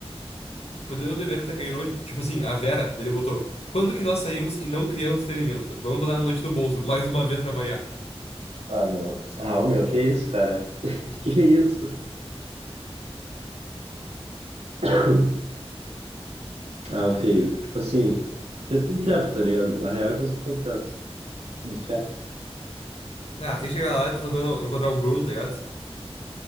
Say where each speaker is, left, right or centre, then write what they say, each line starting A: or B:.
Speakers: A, on the left (about 70°); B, on the right (about 80°).
A: podemos beber até cair hoje? Tipo assim, a Vera, dele botou, quando que nós saímos e não criamos entretenimento? Vamos botar na noite do bolso, mais uma vez pra variar.
B: Ah, meu. Ah, ô, meu, que isso, cara? Que isso? <coughs> Ah, o feio. Tipo assim, vocês estão certos, tá ligado? A real é que vocês estão certos. De fé.
A: Ah, tem que chegar lá e tá tocando, encontrar o Bruno, tá ligado?